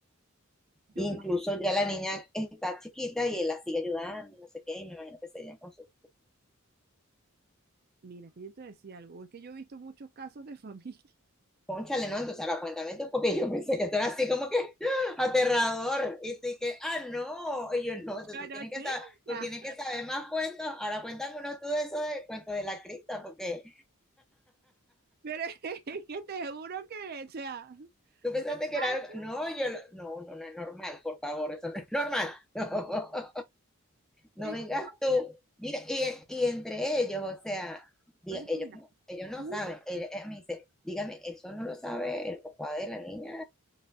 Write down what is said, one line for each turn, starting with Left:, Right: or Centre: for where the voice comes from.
Right: Yo
Centre: Incluso
Right: creo que,
Centre: ya la niña está chiquita y él la sigue ayudando, y no sé qué, y me imagino que se llevan con sus
Right: mira, que yo te decía algo. Es que yo he visto muchos casos de familia.
Centre: Pónchale, ¿no? Entonces ahora cuéntame tú, porque yo pensé que esto era así como que aterrador. Y tú y que, ah, no. Y yo, no, entonces
Right: <laughs> Yo
Centre: tú
Right: no,
Centre: tienes
Right: chica.
Centre: que saber, tú tienes que saber más cuentos. Ahora cuéntame uno tú de eso de cuento de la cripta, porque
Right: Pero <laughs> es que te juro que, o sea,
Centre: tú pensaste
Right: normal,
Centre: que era algo.
Right: pues,
Centre: No, yo, lo- no, no, no es normal, por favor, eso no es normal. <laughs> No, no
Right: es
Centre: vengas tú.
Right: que,
Centre: Mira, y, y entre ellos, o sea, diga-
Right: pasa que
Centre: ellos,
Right: mira,
Centre: no- ellos no
Right: uno,
Centre: saben. Él- él me dice, dígame, eso no lo sabe el papá de la niña,